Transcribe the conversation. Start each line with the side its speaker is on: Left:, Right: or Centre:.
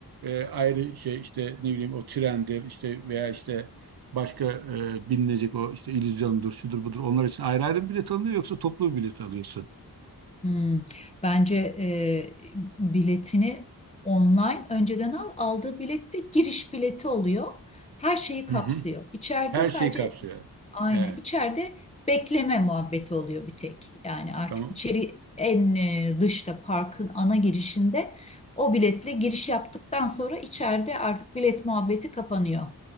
Right: e, ayrı şey işte ne bileyim o trendir işte veya işte başka e, binilecek o işte illüzyondur, şudur budur onlar için ayrı ayrı mı bilet alınıyor yoksa toplu bir bilet alıyorsun?
Left: Hmm. Bence e, biletini online önceden al. Aldığı bilet de giriş bileti oluyor. Her şeyi kapsıyor.
Right: Hı hı.
Left: İçeride
Right: Her
Left: sadece
Right: şey kapsıyor. yani.
Left: Aynen.
Right: Evet,
Left: İçeride bekleme muhabbeti oluyor bir tek. Yani artık
Right: tamam.
Left: içeri en e, dışta parkın ana girişinde o biletle giriş yaptıktan sonra içeride artık bilet muhabbeti kapanıyor.